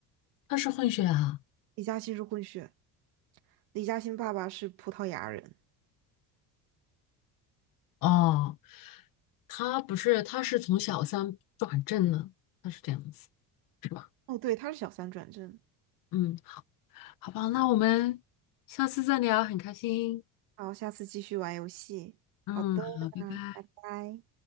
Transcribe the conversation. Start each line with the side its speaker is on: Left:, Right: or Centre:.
Left: 她是混血啊？
Right: 李嘉欣是混血，李嘉欣爸爸是葡萄牙人。
Left: 哦，她不是，她是从小三转正了，她是这样子，是吧？
Right: 哦，对，他是小三转正。
Left: 嗯，好吧，那我们下次再聊，很开心。
Right: 好，下次继续玩游戏。
Left: 嗯，
Right: 好的，
Left: 好，拜拜。
Right: 那拜拜。